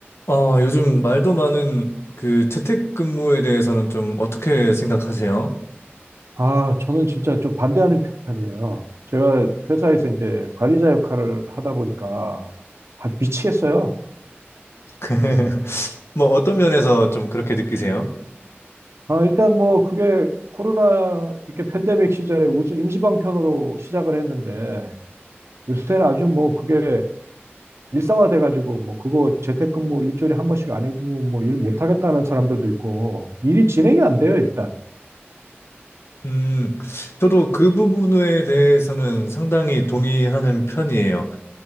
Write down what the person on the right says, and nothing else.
아, 저는 진짜 좀 반대하는 편이에요. 제가 회사에서 이제 관리자 역할을 하다 보니까 아주 미치겠어요.
아, 일단 뭐 그게 코로나 이렇게 팬데믹 시절에 우선 임시방편으로 시작을 했는데 요새는 아주 뭐 그게 일상화돼 가지고 뭐 그거 재택근무 일주일에 한 번씩 안 해주면 뭐 일 못하겠다는 사람들도 있고 일이 진행이 안 돼요, 일단.